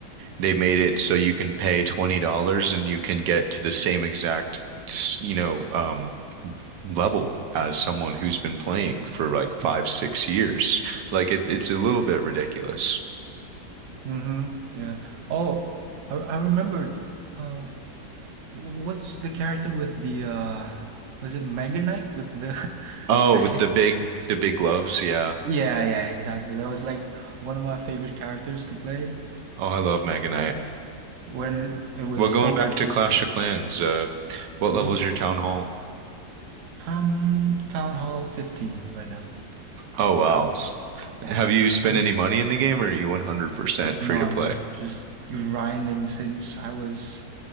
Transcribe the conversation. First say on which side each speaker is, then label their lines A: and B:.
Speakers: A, on the right; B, on the right.
A: they made it so you can pay $20 and you can get to the same exact, you know, um level as someone who's been playing for like five, six years. Like it's it's a little bit ridiculous.
B: Mm-hmm. Yeah. Oh, I I remembered. Uh, what's the character with the uh was it Mega Knight with the <laughs>
A: Oh,
B: the
A: with
B: head?
A: the big the big gloves, yeah.
B: Yeah, yeah, exactly. That was like one of my favorite characters to play
A: Oh, I love Mega Knight.
B: when it was
A: Well, going
B: so
A: back
B: OP.
A: to Clash of Clans, uh, what
B: Mhm.
A: level is your town hall?
B: I'm Town Hall 15 right now. I've
A: Oh wow. S-
B: yeah,
A: Have you spent
B: I'm
A: any money in the game or are you 100%
B: none.
A: free to play?
B: Just grinding since I was